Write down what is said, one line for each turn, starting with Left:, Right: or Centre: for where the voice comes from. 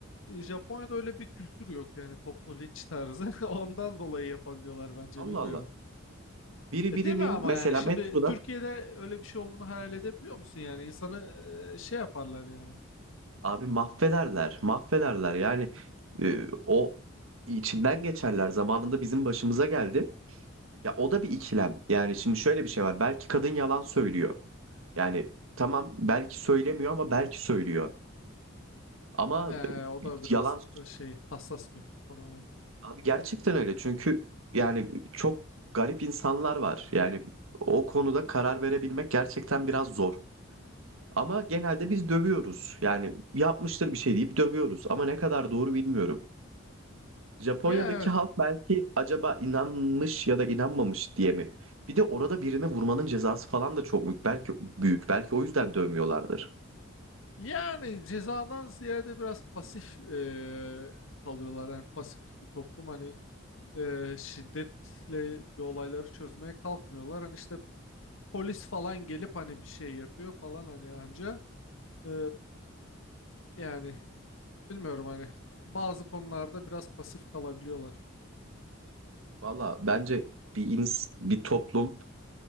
Left: E, Japonya'da öyle bir kültür yok yani toplu linç tarzı. <laughs> Ondan dolayı yapabiliyorlar bence
Right: Allah
Left: bilmiyorum.
Right: Allah. Biri
Left: E,
Right: birinin
Left: değil mi ama
Right: mesela
Left: yani şimdi
Right: metroda
Left: Türkiye'de öyle bir şey olduğunu hayal edebiliyor musun yani insanı e, şey yaparlar yani.
Right: Abi mahvederler, mahvederler. Yani e, o içinden geçerler. Zamanında bizim başımıza geldi. Ya o da bir ikilem. Yani şimdi şöyle bir şey var. Belki kadın yalan söylüyor. Yani tamam belki söylemiyor ama belki söylüyor. Ama
Left: E, o
Right: e,
Left: da biraz
Right: yalan
Left: da şey hassas bir konu evet.
Right: abi gerçekten öyle. Çünkü yani çok garip insanlar var. Yani o konuda karar verebilmek gerçekten biraz zor. Ama genelde biz dövüyoruz. Yani yapmıştır bir şey deyip dövüyoruz. Ama ne kadar doğru bilmiyorum. Japonya'daki
Left: Ya evet.
Right: halk belki acaba inanmış ya da inanmamış diye mi? Bir de orada birine vurmanın cezası falan da çok büyük. Belki büyük. Belki o yüzden dövmüyorlardır.
Left: Yani cezadan ziyade biraz pasif e, kalıyorlar. Yani pasif bir toplum hani e, şiddetle bir olayları çözmeye kalkmıyorlar. Hani işte polis falan gelip hani bir şey yapıyor falan hani anca Ee, yani bilmiyorum hani bazı konularda biraz pasif kalabiliyorlar.
Right: Valla bence bir ins bir toplum